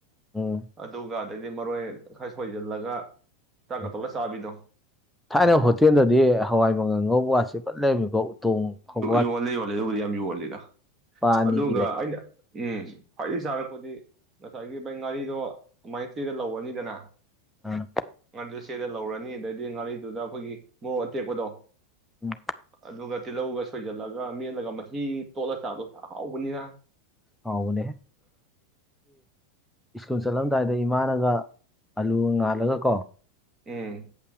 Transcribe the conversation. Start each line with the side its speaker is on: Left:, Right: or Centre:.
Centre: ꯎꯝ꯫
Right: ꯑꯗꯨꯒ ꯑꯗꯩꯗꯤ ꯃꯔꯣꯏ ꯈꯔ ꯁꯣꯏꯁꯤꯜꯂꯒ ꯆꯥꯛꯀ
Centre: ꯎꯝ
Right: ꯇꯣꯠꯂ ꯆꯥꯕꯤꯗꯣ꯫
Centre: ꯊꯥꯏꯅ ꯍꯣꯇꯦꯜꯗꯗꯤ ꯍꯋꯥꯏ ꯃꯒꯜ ꯉꯧꯕꯒꯥꯠꯁꯤ ꯐꯥꯅ ꯂꯩꯔꯝꯃꯤꯀꯣ꯫ ꯎꯇꯣꯡ ꯍꯧꯕ
Right: ꯌꯣꯜꯂꯦ ꯌꯣꯜꯂꯦ ꯑꯗꯨꯕꯨꯗꯤ ꯌꯥꯝ ꯌꯣꯜꯂꯤꯗ
Centre: ꯂꯨꯄꯥ ꯑꯅꯤꯒꯤ
Right: ꯑꯗꯨꯒ
Centre: ꯂꯩ
Right: ꯑꯩꯅ꯫ ꯎꯝ ꯈ꯭ꯋꯥꯏꯗꯒꯤ ꯁꯥꯔꯛꯄꯗꯤ꯫ ꯉꯁꯥꯏꯒꯤ ꯚꯩ ꯉꯥꯔꯤꯗꯣ ꯑꯗꯨꯃꯥꯏꯅ ꯆꯦꯗ ꯂꯧꯔꯅꯤꯗꯅ꯫
Centre: ꯑ꯫
Right: ꯉꯥꯗꯨ ꯆꯦꯗ ꯂꯧꯔꯅꯤ ꯑꯗꯩꯗꯤ ꯉꯥꯔꯤꯗꯨꯗ ꯑꯩꯈꯣꯏꯒꯤ ꯃꯣꯔꯣꯛ ꯑꯇꯦꯛꯄꯗꯣ꯫
Centre: ꯎꯝ꯫
Right: ꯑꯗꯨꯒ ꯇꯤꯜꯍꯧꯒ ꯁꯣꯏꯖꯜꯂꯒ ꯃꯦꯠꯂꯒ ꯃꯍꯤ ꯇꯣꯠꯂ ꯆꯥꯗꯣꯍꯥꯎꯕꯅꯤꯅ꯫
Centre: ꯍꯥꯎꯕꯅꯦꯍꯦ꯫ ꯁ꯭ꯀꯨꯜ ꯆꯠꯂꯝꯗꯥꯏꯗ ꯏꯃꯥꯅꯒ ꯑꯂꯨ ꯉꯥꯜꯂꯒ ꯀꯣ꯫
Right: ꯎꯝ꯫